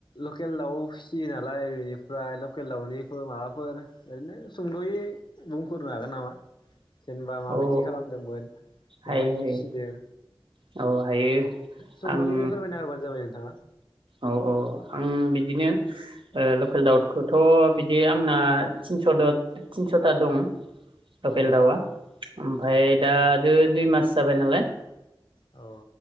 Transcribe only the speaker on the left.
लकेल दाउ फिसियो नालाय बेनिफ्राय लकेल दाउनिफोर माबाफोर ओरैनो सुंद'यै बुंफोरनो हागोन नामा जेनेबा माबायदि
खालामदोंमोन
माबायदि
फिसिदों
सुंद'यै
फोरमायना होबानो जाबाय नोंथाङा
औ
औ
औ